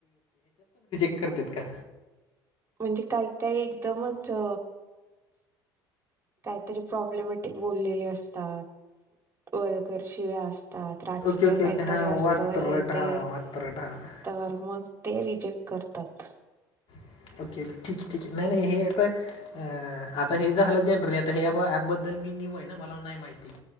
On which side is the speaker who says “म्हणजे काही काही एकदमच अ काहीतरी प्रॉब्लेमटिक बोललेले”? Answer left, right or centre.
Right